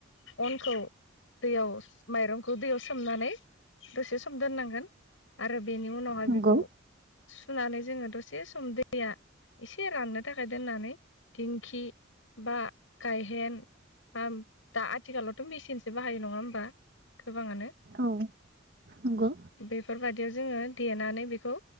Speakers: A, on the left (about 75°); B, on the right (about 55°).
A: अनखौ दैयाव माइरंखौ दैयाव सोमनानै दसे सम दोननांगोन आरो ओमफ्राय बेनि उनावहाय
B: नंगौ
A: बेखौ सुनानै जोङो दसे सम दैया एसे राननो थाखाय दोननानै दिंखि बा गायहेन बा दा आथिखालावथ' मेसिनसो बाहायो नङा होमबा? गोबाङानो
B: औ नंगौ
A: बेफोर बादि जोङो देनानै बेखौ